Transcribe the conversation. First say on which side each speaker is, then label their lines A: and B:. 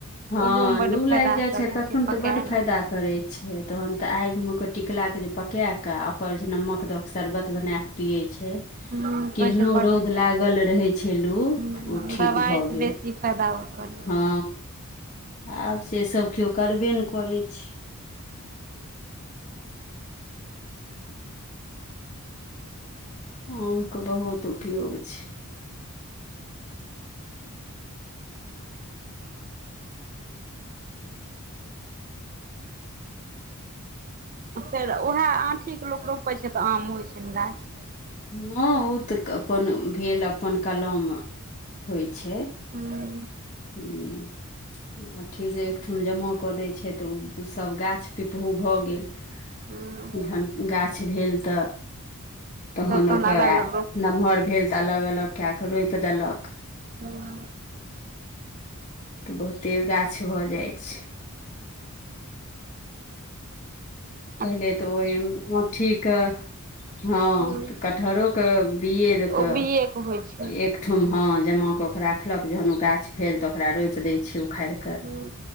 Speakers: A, on the left (about 35°); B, on the right (about 40°).
A: हँ
B: ओहियोमे
A: लू
B: बड्ड
A: लाग
B: फायदा
A: जाइत
B: करै
A: छै, तखन
B: पकायल
A: त बड़ फायदा
B: आम
A: करै छै तहन त आग मे क टिकलाके जे पका का ओकर जे नमक के शरबत बना के पिये छै
B: हँ कहै
A: केहनो
B: छै बड्ड
A: रौद लागल रहे छलू
B: हूँ
A: त ओ ठीक
B: दबाइसँ
A: भऽ गेल
B: बेसी फायदा ओ करै
A: हँ आब से सभ केओ करबे ने करै छै आम के बहुत उपयोग छै।
B: फेर उएह आँठी के लोक रोपैत छै तऽ आम होइत छै ने गाछ।
A: ह, ओ तऽ अपन भेल अपन कलम होइ छै
B: हूँ
A: हू आट्ठी जे एकठम जमा कऽ दै छै तऽ ओ सभ गाछ पिपहु भ गेल
B: हूँ
A: जहन गाछ भेल तऽ तहन
B: सब
A: ओक
B: अलग अलग रोपलक
A: नमहर भेल। अलग अलग कए कऽ रोप देलक
B: हूँ
A: तऽ बहुते गाछ भऽ जाइत छै।
B: ह।
A: पहिले तऽ ओहि ठीक। ह
B: हूँ
A: कटहरोके बीये
B: तऽ
A: एक
B: ओ
A: ओ
B: बिएके होइ छै
A: ठुम ह जमा कऽ ओ राखलक जहन ओ गाछ भेल तऽ ओकरा रोपि दै छिय उखाड़ि
B: हूँ
A: कऽ के